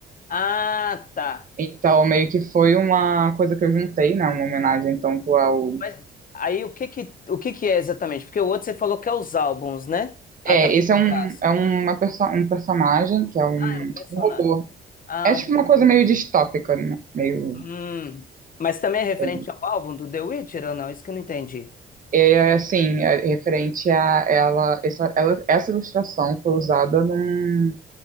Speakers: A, on the left; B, on the right.
A: Ah, tá.
B: Então, meio que foi uma coisa que eu juntei, né, uma homenagem tanto ao...
A: Mas aí o que que, o que que é exatamente? Porque o outro você falou que é os álbuns, né? Atrás
B: É, esse
A: do
B: é um,
A: braço.
B: é uma perso um personagem que é um,
A: Ah, é um personagem.
B: um robô
A: Ah,
B: É
A: um
B: tipo
A: robô.
B: uma coisa meio distópica, né? Meio.
A: Hum. Mas também é referente
B: É
A: ao álbum do The Witcher ou não? Isso que eu não entendi.
B: é, assim, é referente a ela essa, ela. essa ilustração foi usada num,